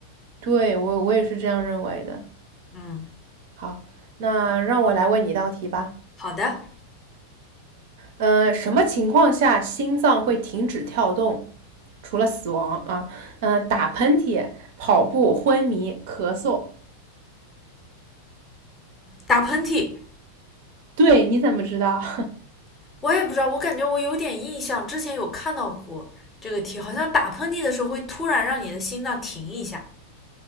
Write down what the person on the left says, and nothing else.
嗯，
好的。
打喷嚏，
我也不知道，我感觉我有点印象，之前有看到过这个题，好像打喷嚏的时候会突然让你的心脏停一下。